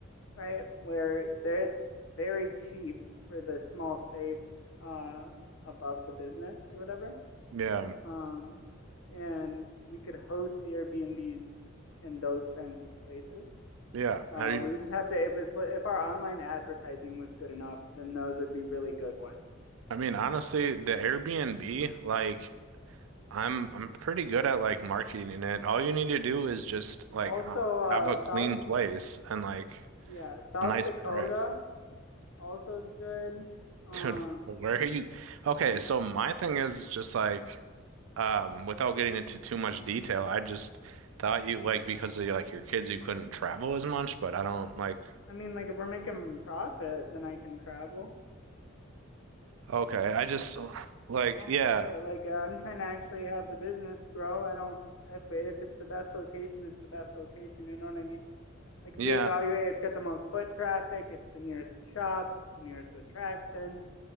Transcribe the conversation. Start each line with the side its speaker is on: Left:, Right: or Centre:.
Left: right? Where there it's very cheap for the small space uh above the business or whatever.
Right: yeah,
Left: Um and we could host the Airbnbs in those kinds of places.
Right: yeah.
Left: Uh,
Right: Have you
Left: we would just have to if it's if our online advertising was good enough, then those would be really good ones.
Right: I mean, honestly, the Airbnb, like I'm I'm pretty good at like marketing it. All you need to do is just like
Left: Also,
Right: h-
Left: uh,
Right: have a
Left: South
Right: clean place and like
Left: yeah South
Right: a nice
Left: Dakota
Right: price.
Left: also is good.
Right: <laughs>
Left: Um,
Right: Dude, where are you? Okay, so my thing is just like um without getting into too much detail, I just thought you like because of like your kids you couldn't travel as much, but I don't like
Left: I mean, like if we're making profit, then I can travel.
Right: okay, I just like
Left: I don't
Right: yeah,
Left: care. Like uh, I'm trying to actually have the business grow. I don't if if it's the best location, it's the best location. You know what I mean? Like if
Right: yeah,
Left: we evaluate, it's got the most foot traffic. It's the nearest to shops. It's the nearest to attractions.